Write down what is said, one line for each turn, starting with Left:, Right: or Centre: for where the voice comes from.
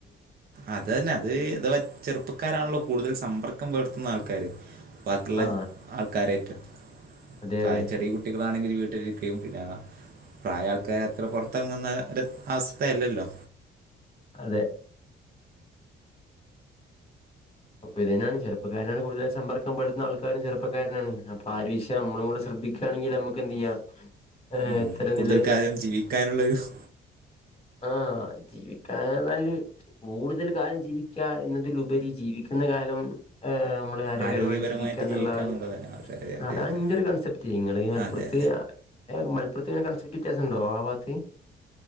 Right: അത്തന്നെ അത് ഇത് ചെറുപ്പക്കാരാണല്ലോ കൂടുതൽ സമ്പർക്കം വർ ത്തുന്ന ആൾക്കാര് ബാക്കിയുള്ള
Left: ആ
Right: ആൾക്കാരായിറ്റ്
Left: അതെ
Right: തയെ
Left: അതെ
Right: ചെറിയ കുട്ടികളാണെങ്കിൽ വീട്ടിലിരിക്കുകയും പിന്നെ പ്രായ ആൾക്കാർ അത്ര പുറത്തിറങ്ങുന്ന ഒരു അവസ്ഥയല്ലല്ലോ
Left: അതെ അപ്പൊ ഇത് തെയാണ് ചെറപ്പക്കാരനാണ് കൂടുതലും സമ്പർക്കംപ്പെടുന്ന ആൾക്കാരും ചെറുക്കാരനാണ് അപ്പൊ ആഒരു വിഷയംനമ്മളും ശ്ര ദ്ധിക്കുക യാണെങ്കിൽ നമുക്ക എന്ത് ചെയ്യാ ഏ
Right: ഉം
Left: ഇത്തരം
Right: കൂടുതൽ
Left: ഇതില്
Right: കാലം ജീവിക്കാനുള്ളൊരു
Left: ആ ജീവിക്കാന ല് കൂടുതൽ കാലം ജീവിക്കാ എന്നതിലുപരി ജീവിക്ക ഇന്ന് കാലം ഹ് നമ്മ ആരോഗ്യകരമായിട്ട്
Right: ആരോഗ്യപരമായിട്ട്
Left: ജീവിക്കാ എന്നുള്ളതാണ്
Right: ജീവിക്കുക അതെ അതെ അതെ
Left: അതാണ്
Right: അതെ
Left: ഇന്റെ ഒരു കൺസെപ്റ്റ് നിങ്ങള് മലപ്പുറത്ത്
Right: അതെ
Left: ഏ മലപ്പുറത്തേന കൺസറ്റ് ഇറ്റാസുണ്ടോ ആ ബാത്ത്